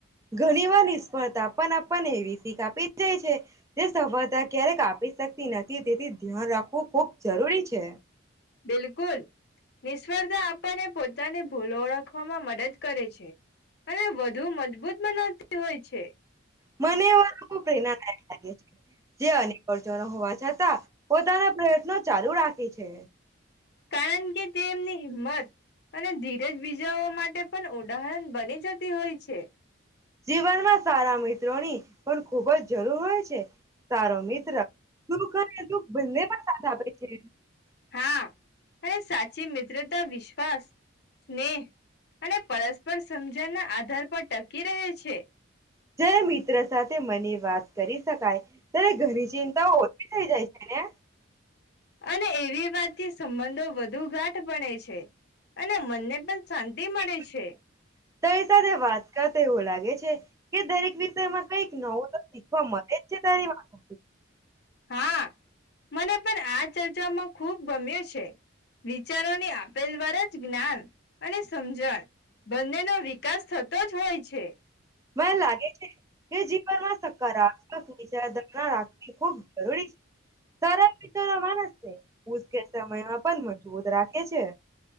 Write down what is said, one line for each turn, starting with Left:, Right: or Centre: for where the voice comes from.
Right: ઘણી વાર નિષ્ફળતા આપને એવી શીખ આપી જાય છે જે સફળતા ક્યારેક આપી શકતી નથી તેથી ધ્યાન રાખવું ખૂબ જરૂરી છે.
Left: બિલકુલ નિષ્ફળતા આપણને પોતાની ભૂલો ઓળખવામાં મદદ કરે છે અને વધુ મજબૂત બનાવતી હોય છે.
Right: મને એ વા પ્રેરણાદાયક લાગે છે. જે અકર્ચો ન હોવા છતાં પોતાના પ્રયત્નો ચાલુ રાખે છે.
Left: કારણ કે તે એમની હિંમત અને ધીરજ બીજાઓ માટે પણ ઉદાહરણ બની જતી હોય છે.
Right: જીવનમાં સારા મિત્રોની પણ ખૂબ જ જરૂર હોય છે. સારો મિત્ર સુખ અને દુઃખ બંનેમાં સાથ આપે છે.
Left: હા અને સાચી મિત્રતા વિશ્વાસ, સ્નેહ અને પરસ્પર સમજણના આધાર પર ટકી રહે છે.
Right: જારે મિત્ર સાથે મને વાત કરી શકાય ત્યારે ઘણી ચિંતાઓ ઓછી થઈ જાય છે ને.
Left: અને એવી વાતથી સંબંધો વધુ ગાઠ બણે છે. અને મનને પણ. શાંતિ
Right: <unintelligible>
Left: મળે છે
Right: તારી સાથે વાત કર તો એવું લાગે છે. કે દરેક વિષયમાં. કઈક નવું તો શીખવા મળેજ છે તારી વાતો.
Left: હા! મને પણ આ ચર્ચામાં ખૂબ ગમ્યો છે. વિચારોની આપેલ <unintelligible> દ્વારા જ જ્ઞાન અને સમજણ બંનેનો વિકાસ થતો જ હોય છે.
Right: મને લાગે છે. કે જીવનમાં સકારાત્મક વિચારધારા રાખવી ખુબ <unintelligible> સરસ મ ન માણસ છે ઉ્કે સમયમાં પણ મજબૂત રાખે છે